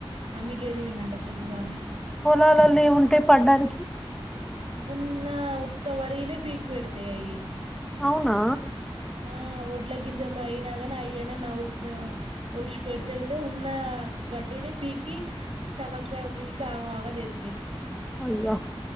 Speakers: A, on the right (about 85°); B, in the centre.
A: అన్ని గేదివిండు అంట పొద్దుగాలనే
B: పొలాలలో ఏ ఉంటయి. పడ్డానికి
A: ఉన్న ఉత్త వరీనే పీకి పెడుతాయి అయి
B: అవునా
A: ఆ ఒడ్ల గింజలు అయినా గాని అయ్యైన నవ్వులుతాయి ఓలుషు పెడితే ఐతే ఉన్న గడ్డినే పీకి సగం సగం పీకి ఆగం ఆగం చేత్తయి.
B: అయ్యా